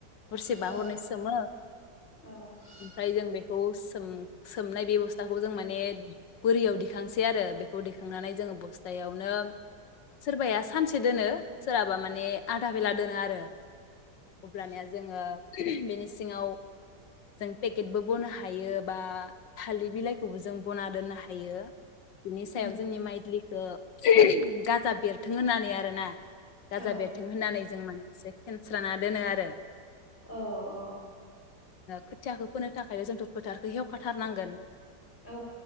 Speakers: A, on the left; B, on the left.
A: हरसे
B: औ
A: बा हरनै सोमो।
B: औ ओ
A: ओमफ्राय जों बेखौ सो सोम-सोमनाय बे बस्थाखौ जों माने बोरियाव दिखांसै आरो बेखौ दिखांनानै जोङो बस्थायावनो सोरबाया सानसे दोनो। सोरहाबा माने आधा बेला दोनो आरो। अब्लानिया जोङो बेनि सिङाव। जों पेकेटबो बनो हायो बा थालि बिलाइखौबो जों बना दोन्नो हाय हायो बिनि सायाव
B: उम
A: जोंनि माइद्लि। खो गाजा बेरथों होननानै आरोना। गाजा
B: औ
A: बेरथों होननानै जों माने एसे फेनस्राना दोनो आरो।
B: औ-औ
A: खोथियाखौ फोनो थाखायनो जोंथ' फोथारखौ हेवखाथारनांगोन
B: औ